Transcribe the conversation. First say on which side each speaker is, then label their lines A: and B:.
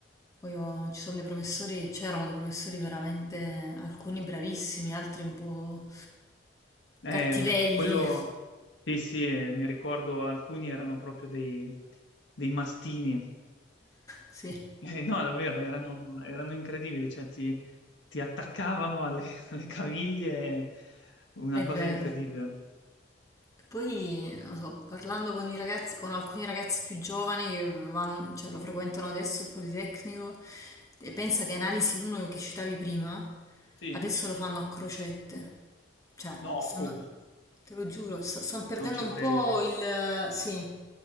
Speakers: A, on the left (about 20°); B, on the left (about 75°).
A: poi ho- ci sono dei professori, c'erano dei professori veramente, alcuni bravissimi, altri un po'
B: Eh,
A: cattivelli,
B: quello, sì, sì, eh, mi ricordo alcuni erano proprio dei, dei mastini.
A: Sì,
B: Eh, no, davvero, erano, erano incredibili, cioè, ti, ti attaccavano alle, <laughs> alle caviglie, una
A: è
B: cosa
A: vero.
B: incredibile.
A: E Poi, non so, parlando con i ragazzi, con alcuni ragazzi più giovani che vanno- cioè, lo frequentano adesso il Politecnico, e pensa che Analisi 1 che citavi prima,
B: Sì?
A: adesso lo fanno a crocette. Cioè,
B: No,
A: stanno-
B: come?
A: te lo giuro, sta- stanno perdendo
B: Non ci
A: un
B: credo.
A: po' il... Sì,